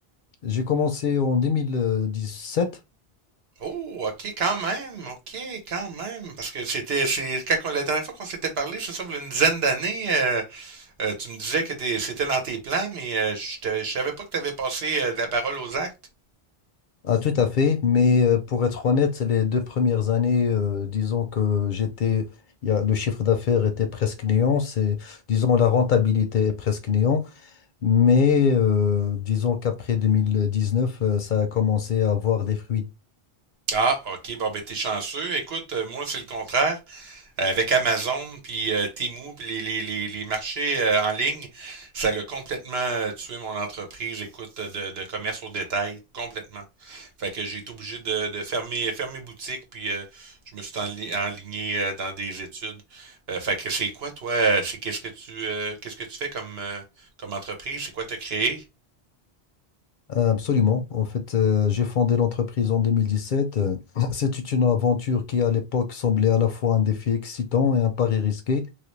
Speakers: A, on the left; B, on the right.
A: j'ai commencé en 2017.
B: Oh, ok, quand même, ok, quand même, parce que c'était, c'est quand on- la dernière fois qu'on s'était parlé, c'est ça, il y a une dizaine d'années, euh, Euh, tu me disais que t'es- c'était dans tes plans, mais euh, je ne savais pas que tu avais passé euh, de la parole aux actes.
A: Ah, tout à fait, mais euh, pour être honnête, les deux premières années, euh, disons que j'étais, il y a- le chiffre d'affaires était presque néant, c'est, disons, la rentabilité est presque néant, mais euh, disons qu'après 2019, euh, ça a commencé à avoir des fruits.
B: Ah, OK. Bon, ben, t'es chanceux. Écoute, euh, moi, c'est le contraire. Euh, Avec Amazon, puis euh, Temu, puis les, les, les, les marchés euh, en ligne, ça l'a complètement euh, tué mon entreprise, écoute, de, de commerce au détail, complètement. Fait que j'ai été obligé de, de fermer, fermer boutique, puis euh, je me suis enli- enligné euh, dans des études. Euh, fait que c'est quoi, toi? euh, C'est qu'est-ce que tu euh, qu'est-ce que tu fais comme, euh, comme entreprise? C'est quoi t'as créé?
A: Euh, Absolument. En fait, euh, j'ai fondé l'entreprise en 2017. Euh, <clears throat> C'était une aventure qui, à l'époque, semblait à la fois un défi excitant et un pari risqué.